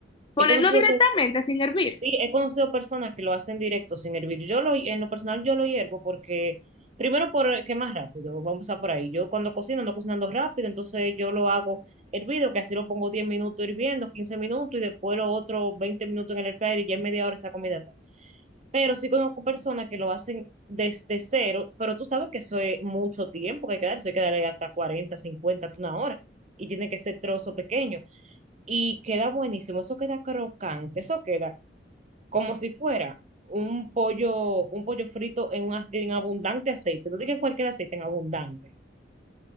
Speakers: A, on the left (about 25°); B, on the right (about 40°).
A: Ponerlo
B: he conocido,
A: directamente
B: pues
A: sin hervir.
B: Sí, he conocido personas que lo hacen directo sin hervir. Yo lo, en lo personal yo lo hiervo porque, primero porque es más rápido, vamos a empezar por ahí. Yo cuando cocino ando cocinando rápido, entonces yo lo hago hervido, que así lo pongo 10 minutos hirviendo, 15 minutos y después lo otro 20 minutos en el air fryer y ya en media hora esa comida está. Pero sí conozco personas que lo hacen desde cero, pero tú sabes que eso es mucho tiempo que hay que darse, hay que darle hasta 40, 50, hasta una hora. Y tiene que ser trozo pequeño. Y queda buenísimo, eso queda crocante, eso queda como si fuera un pollo, un pollo frito en, un, ac- en abundante aceite. No digas cualquier aceite, en abundante.